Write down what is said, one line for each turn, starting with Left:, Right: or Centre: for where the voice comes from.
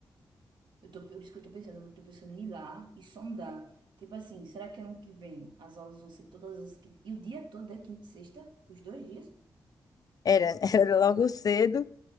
Right: Eu tô, por isso que eu tô pensando, eu tô pensando em ir lá e sondar. Tipo assim, será que ano que vem as aulas vão ser todas as quinta... E o dia todo é quinta e sexta? Os dois dias?
Left: Era, <laughs> era logo cedo